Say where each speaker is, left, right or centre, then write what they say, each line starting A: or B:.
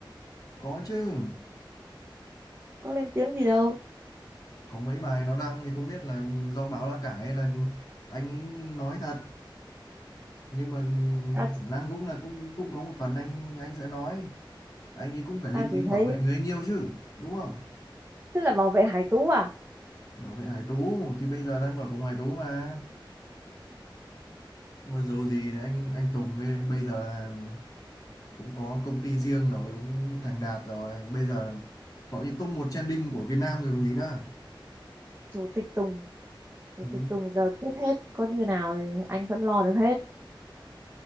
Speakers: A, on the left; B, on the right.
A: có chứ
B: có lên tiếng gì đâu
A: có mấy bài nó đăng thì không biết là do báo lá cải hay là anh ấy nói thật nhưng mà ừ,
B: ta,
A: khả năng cũng là cũng cũng có một phần anh anh sẽ nói anh ấy cũng phải lên
B: ta chỉ
A: tiếng
B: thấy
A: bảo vệ người anh yêu chứ đúng không
B: thế là bảo vệ Hải Tú à
A: bảo vệ Hải Tú thì bây giờ đang ở cùng Hải Tú mà mà dù gì thì anh anh Tùng bây bây giờ là cũng có công ty riêng rồi cũng thành đạt rồi bây giờ gọi như top một trending của Việt Nam rồi còn gì nữa
B: chủ tịch Tùng thì
A: Ừ.
B: Tùng Tùng giờ quyết hết có như nào thì anh vẫn lo được hết